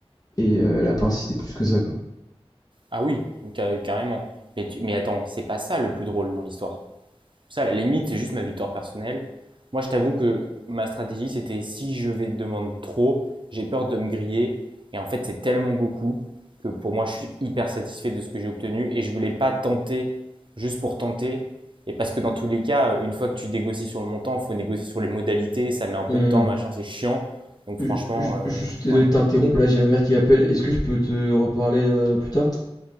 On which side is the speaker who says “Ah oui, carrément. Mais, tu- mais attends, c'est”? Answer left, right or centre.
Right